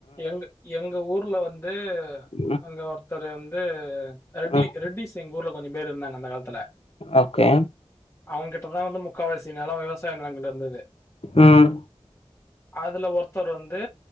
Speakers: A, on the left; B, on the left.
A: எங்கு எங்க ஊர்ல வந்து
B: ம் ம்
A: அங்க ஒருத்தர் வந்து ரெட்டி
B: ம்
A: ரெட்டிசிங் ஊர்ல கொஞ்சு பேர் இருந்தாங்க அந்த காலத்துல
B: ஓகே
A: அவ்ங்கிட்டதாலந்து முக்கால்வாசி நெலோ விவசாய நிலங்கள் இருந்தது
B: உம்
A: அதுல ஒருத்தர் வந்து